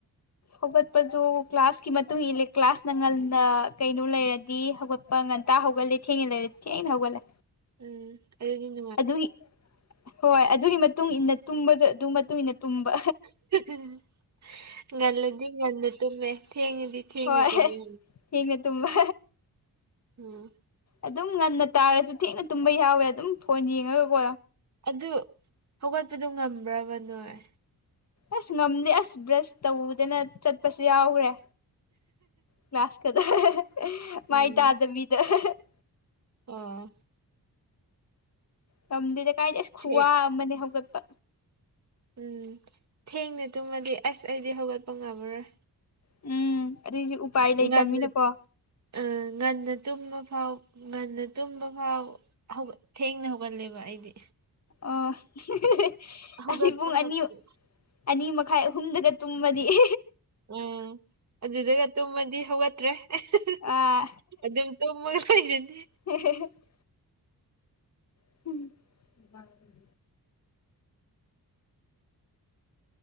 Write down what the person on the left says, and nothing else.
ꯍꯧꯒꯠꯄꯁꯨ ꯀ꯭ꯂꯥꯁꯀꯤ ꯃꯇꯨꯡ ꯏꯜꯂꯦ ꯀ꯭ꯂꯥꯁꯅ ꯉꯟꯅ ꯀꯩꯅꯣ ꯂꯩꯔꯗꯤ ꯍꯧꯒꯠ ꯄꯥ ꯉꯟꯇ ꯍꯧꯒꯠꯂꯦ ꯊꯦꯡꯉ ꯂꯩꯔꯗꯤ ꯊꯦꯡꯅ ꯍꯧꯒꯠꯂꯤ
ꯑꯗꯨꯒꯤ ꯍꯣꯏ ꯑꯗꯨꯒꯤ ꯃꯇꯨꯡ ꯃꯇꯨꯡ ꯏꯟꯅ ꯇꯨꯝꯕꯁꯨ ꯑꯗꯨꯒꯤ ꯃꯇꯨꯡ ꯏꯟꯅ ꯇꯨꯝꯕ
ꯍꯣꯏ
ꯊꯦꯡꯅ ꯇꯨꯝꯕ
ꯑꯗꯨꯝ ꯉꯟꯅ ꯇꯥꯔꯁꯨ ꯊꯦꯡꯅ ꯇꯨꯝꯕ ꯌꯥꯎꯋꯦ ꯑꯗꯨꯝ ꯐꯣꯟ ꯌꯦꯡꯉꯒ ꯀꯣ
ꯑꯁ ꯉꯝꯗꯦ ꯑꯁ ꯕ꯭ꯔꯁ ꯇꯧꯗꯅ ꯆꯠꯄꯁꯨ ꯌꯥꯎꯈ꯭ꯔꯦ ꯀ꯭ꯂꯥꯁ ꯀꯗꯣ <unintelligible>
ꯃꯥꯏ ꯇꯥꯗꯕꯤꯗ <unintelligible>
ꯉꯝꯗꯦꯗ ꯀꯥꯏꯗꯒꯤ ꯑꯁ ꯈꯨꯋꯥ
ꯑꯃꯅꯦ ꯍꯧꯒꯠꯄ
ꯎꯝ <unintelligible> ꯂꯩꯇꯕꯅꯤꯅꯀꯣ
ꯑꯣ <unintelligible>
ꯑꯩꯗꯤ ꯄꯨꯡ
ꯑꯅꯤ ꯑꯅꯤ ꯃꯈꯥꯏ ꯑꯍꯨꯝꯗꯒ ꯇꯨꯝꯃꯗꯤ <unintelligible>
ꯑꯥ
<unintelligible> <unintelligible>